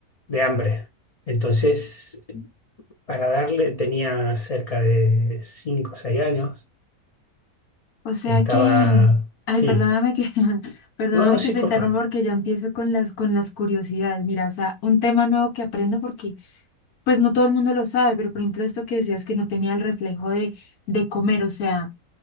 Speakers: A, on the left; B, on the left.
A: de hambre. Entonces, para darle, tenía cerca de 5 o 6 años,
B: O sea
A: estaba,
B: que, ay,
A: sí,
B: perdóname que, <laughs> perdóname
A: no, no, sí,
B: que te
A: por
B: interrumpa
A: favor.
B: porque ya empiezo con las, con las curiosidades. Mira, o sea, un tema nuevo que aprendo porque pues no todo el mundo lo sabe, pero por ejemplo esto que decías que no tenía el reflejo de, de comer, o sea,